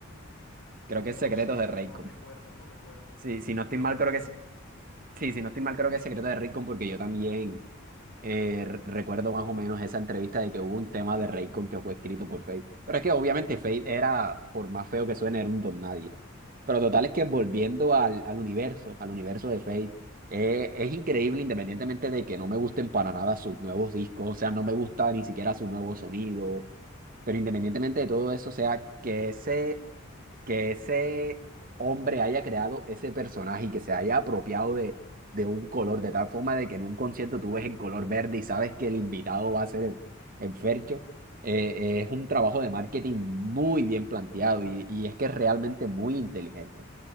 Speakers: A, on the right; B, on the left.
A: Creo que es Secretos
B: No sé,
A: de Raycon.
B: no recuerdo, no recuerdo,
A: Sí, si no estoy
B: pero
A: mal,
B: creo
A: creo
B: que
A: que es,
B: sí.
A: sí, si no estoy mal, creo que es Secreto de Raycon, porque yo también eh, re- recuerdo más o menos esa entrevista de que hubo un tema de Raycon que fue escrito por Fate. Pero es que obviamente Fate era, por más feo que suene, era un don nadie. Pero total es que volviendo al, al universo, al universo de Fate, eh, es increíble independientemente de que no me gusten para nada sus nuevos discos, o sea, no me gusta ni siquiera su nuevo sonido. Pero independientemente de todo eso, o sea, que ese que ese hombre haya creado ese personaje y que se haya apropiado de, de un color, de tal forma de que en un concierto tú ves el color verde y sabes que el invitado va a ser el, el Fercho, eh, eh, es un trabajo de marketing muy bien planteado y, y es que es realmente muy inteligente,